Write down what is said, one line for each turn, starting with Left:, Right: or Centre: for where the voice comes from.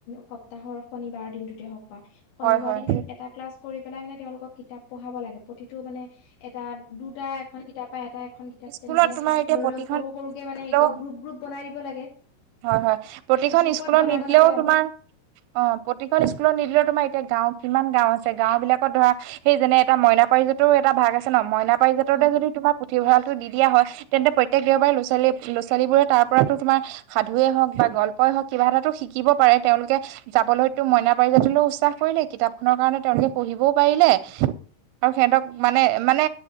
Left: সপ্তাহৰ শনিবাৰৰ দিনটোতে হওঁক পা
Right: হয়
Left: শনিবাৰৰ
Right: হয়
Left: দিনটোত এটা ক্লাছ। কৰি পেলাই মানে তেওঁলোকক কিতাপ পঢ়াব লাগে প্ৰতিটো মানে এটা দুটা এখন কিতাপ বা এটা। খন কিতাপ
Right: স্কুলত
Left: তেনেকে
Right: তোমাৰ এতিয়া
Left: লৈ
Right: প্ৰতিখন
Left: লৈ সৰু সৰুকে
Right: স্কুলত
Left: মানে
Right: নিদিলেও
Left: হ গ্ৰুপ গ্ৰুপ বনাই দিব লাগে।
Right: হয় হয় প্ৰতিখন
Left: গ্ৰুপত
Right: স্কুলত
Left: বনাব
Right: নিদিলেও
Left: লাগে অ
Right: তোমাৰ অ প্ৰতিখন স্কল নিদিলেও তোমাৰ এতিয়া গাঁও কিমান গাঁও আছে গাঁও বিলাকত ধৰা সেই যেনে এটা মইনা পাৰজাতো। এটা ভাগ আছে ন মইনা পাৰিজাতৰতে
Left: অ
Right: যদি তোমাক পুথিভঁৰালটো দি দিয়া হয় তেন্তেত্যেক দেওবাৰে লৰা ছোৱালী। ছোৱালীবোৰে তাৰ পৰাতো তোমাৰ সাধুৱে হওক বা গল্পই হওক কিবা এটাো শিকিব পাৰে তেওঁলোকে যাবলৈ। টো মইনা পাৰিজাতলৈও উচসাহ কৰিলে কিতাপ খনৰ কাৰণে তেওঁলোকে পঢ়িবও পাৰিলে আৰু সিহঁতক মানে মানে